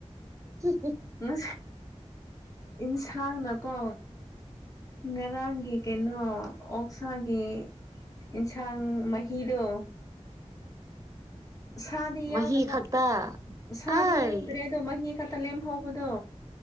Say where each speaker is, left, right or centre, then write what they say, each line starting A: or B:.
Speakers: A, on the right; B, on the left.
A: ꯎ
B: ꯃ ꯌꯦꯟꯁꯥꯡꯅꯀꯣ ꯉꯔꯥꯡꯒꯤ ꯀꯩꯅꯣ ꯑꯣꯛꯁꯥꯒꯤ ꯌꯦꯟꯁꯥꯡ ꯃꯍꯤꯗꯣ ꯁꯥꯗꯤ ꯌꯥꯎꯗꯕ
A: ꯃꯍꯤ ꯈꯛꯇ
B: ꯁꯥꯗꯤ
A: ꯑꯩ
B: ꯌꯥꯎꯗ꯭ꯔꯦ ꯑꯗꯣ ꯃꯍꯤ ꯈꯛꯇ ꯇꯂꯦꯦꯝ ꯍꯧꯕꯗꯣ